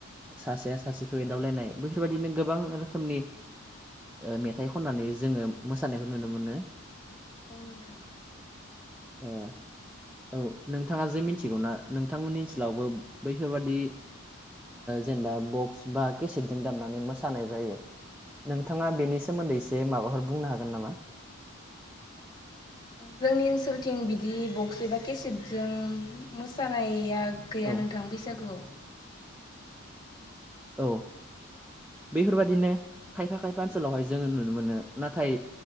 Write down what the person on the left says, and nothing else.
औ नोंथां।
जोंनि ओनसोलथिं बिदि बक्स एबा केसेटजों मोसानाया गैया
नोंथां बैसागुआव।